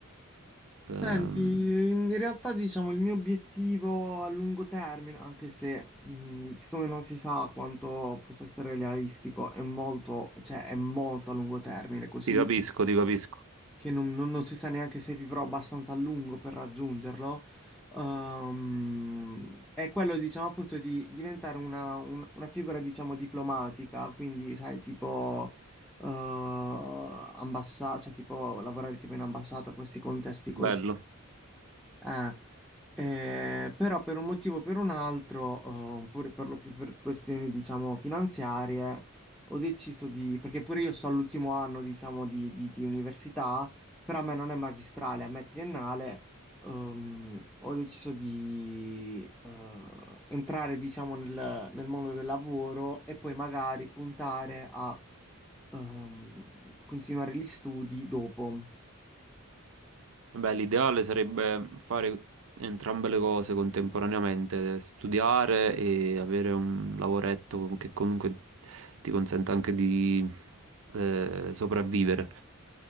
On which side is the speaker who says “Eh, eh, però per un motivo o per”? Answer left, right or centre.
Centre